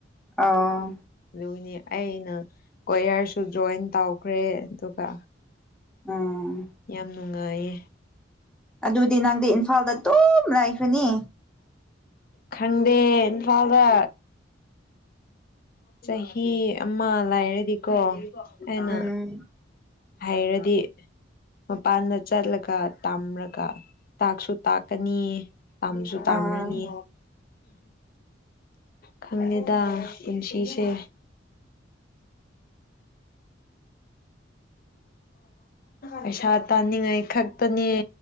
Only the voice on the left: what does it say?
ꯑꯗꯨꯅꯦ ꯑꯩꯅꯥ ꯀꯣꯌꯔꯁꯨ ꯖꯣꯏꯟ ꯇꯧꯈ꯭ꯔꯦ ꯑꯗꯨꯒ
ꯌꯥꯝ ꯅꯨꯡꯉꯥꯏꯌꯦ
ꯈꯪꯗꯦ ꯏꯝꯐꯥꯜꯗ ꯆꯍꯤ ꯑꯃ ꯂꯩꯔꯗꯤꯀꯣ ꯑꯩꯅ
ꯍꯥꯏꯔꯗꯤ ꯃꯄꯥꯟꯗ ꯆꯠꯂꯒ ꯇꯝꯔꯒ ꯇꯥꯛꯁꯨ ꯇꯥꯛꯀꯅꯤ ꯇꯝꯁꯨ ꯇꯥꯝꯔꯅꯤ
ꯈꯪꯗꯦꯗ ꯄꯨꯟꯁꯤ ꯏꯁꯦ ꯄꯩꯁꯥ ꯇꯥꯅꯤꯡꯉꯥꯏ ꯈꯛꯇꯅꯦ